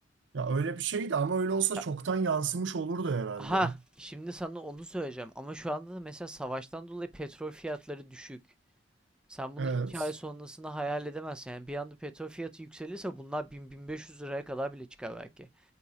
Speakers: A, on the right; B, in the centre.
A: Ya öyle bir şeydi ama öyle olsa
B: Ya-
A: çoktan yansımış olurdu herhalde.
B: Ha, şimdi sana onu söyleyeceğim. Ama şu anda da mesela savaştan dolayı petrol fiyatları düşük. Sen bunu
A: Evet.
B: 2 ay sonrasını hayal edemezsin. Yani bir anda petrol fiyatı yükselirse bunlar bin bin beş yüz liraya kadar bile çıkar belki.